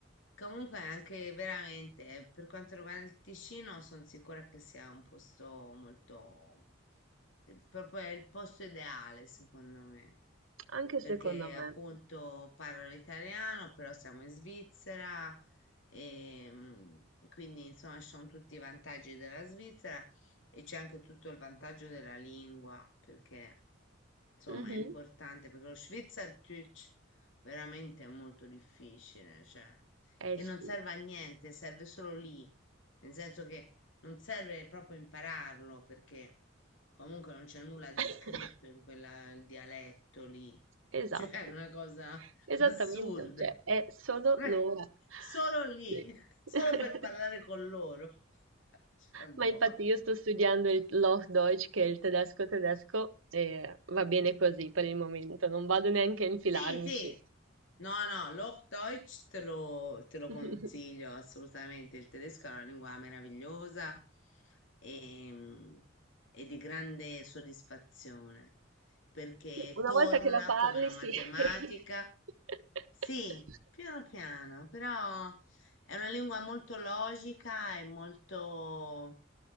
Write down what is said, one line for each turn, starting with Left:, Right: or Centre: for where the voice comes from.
Left: Comunque anche veramente, per quanto riguarda il Ticino, sono sicura che sia un posto molto, eh, proprio è il posto ideale, secondo me.
Right: Anche
Left: Perché
Right: secondo
Left: appunto
Right: me.
Left: parlo l'italiano, però siamo in Svizzera e mm, quindi insomma ci sono tutti i vantaggi della Svizzera e c'è anche tutto il vantaggio della lingua, perché insomma
Right: Mh-mh.
Left: è importante, perché lo Schweizerdeutsch veramente è molto difficile, cioè,
Right: Eh
Left: e
Right: sì.
Left: non serve a niente, serve solo lì, nel senso che non serve proprio impararlo, perché comunque non c'è nulla di
Right: <laughs>
Left: scritto in quel dialetto lì, <laughs>
Right: Esatto.
Left: cioè è una cosa
Right: Esattamente,
Left: <laughs> assurda.
Right: cioè è solo
Left: <laughs>
Right: l'ora.
Left: Solo lì,
Right: Sì.
Left: <laughs> solo
Right: <laughs>
Left: per parlare con loro. <laughs> Cioè, boh.
Right: Ma infatti io sto studiando il Hochdeutsch, che è il tedesco tedesco, e va bene così per il momento, non vado neanche a infilarmici.
Left: Sì, sì. No, no, l'Hochdeutsch te lo, te lo
Right: <laughs>
Left: consiglio assolutamente. Il tedesco è una lingua meravigliosa e, mm, e di grande soddisfazione perché
Right: Sì, una
Left: torna
Right: volta che la parli,
Left: come la matematica.
Right: sì. <laughs>
Left: Sì, piano piano, però è una lingua molto logica e molto,